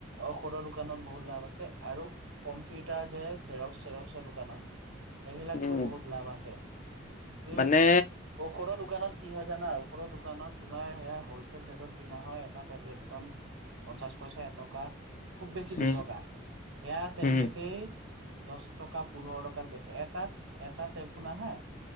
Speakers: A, on the right (about 80°); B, on the left (about 40°).
A: ঔষধৰ দোকানত বহুত লাভ আছে আৰু কম্পিউটাৰ যে জেৰক্স চেৰক্সৰ দোকানত সেইবিলাকতো
B: উম
A: বহুত লাভ আছে। উম।
B: মানে
A: ঔষধৰ দোকানত কি হয় জানা? ঔষধৰ দোকানত তোমাৰ হলচেল ৰেটত কিনা হয় এটা টেবলেট দাম পঞ্চাশ পইচা এটকা। খুব বেছি
B: উম
A: দুটকা এয়া টেবলেটেই
B: উম
A: দছ টকা পোন্ধৰ টকাৰ বেছি এটাত এটা এফোনা হা